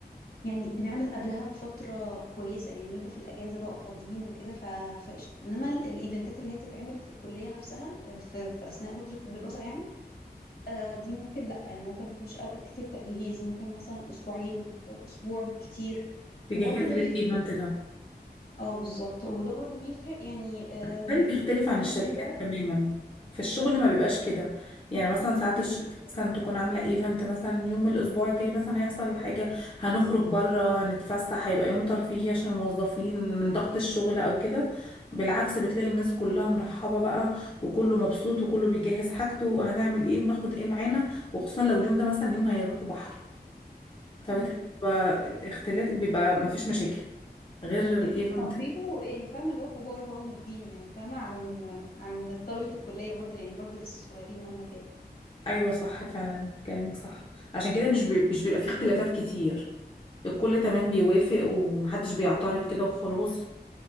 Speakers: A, on the left; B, on the left.
A: يعني بنعمل قبلها بفترة كويسة يعني بنبقى في الأجازة بقى وفاضيين وكده ف- فقشطة إنما ال- الإيفنتات اللي هي تتعمل في الكلية نفسها آه، في, في أثناء فترة الدراسة يعني آه دي ممكن لأ يعني ممكن تخش أوقات كتير تجهيز ممكن مثلا أسبوعين آه، أسبوع بالكتير
B: تجهزي
A: وبرضه ده
B: للإيفنت
A: بيفرق
B: ده
A: اه بالظبط وده برضه بيفرق يعني آم،
B: بالتالي بيختلف عن الشركات
A: الليدر
B: تماما في الشغل ما بيبقاش كده يعني مثلا ساعات
A: امم
B: الشركة مثلا تكون عاملة ايفنت مثلا يوم من الأسبوع الجاي مثلا هيحصل حاجة هنخرج بره هنتفسح هيبقى يوم ترفيهي عشان الموظفين من ضغط الشغل أو كده بالعكس بتلاقي الناس كلها مرحبة بقى وكله مبسوط وكله بيجهز حاجته وهنعمل ايه وناخد ايه معانا وخصوصا لو اليوم ده مثلا يوم هيروحوا بحر فبالتالي
A: امم
B: بيبقى الاختلاف بيبقى مفيش مشاكل غير الايفنت
A: بيبقوا يعني فاهمة اللي هو كبار بقى وناضجين يعني فاهمة عن عن طلبة الكلية برضه يعني برضه لسه صغيرين مهما كان
B: ايوه صح فعلا كلامك صح عشان كده مش بي... مش بيبقى فيه اختلافات كتير الكل تمام بيوافق ومحدش بيعترض كده وخلاص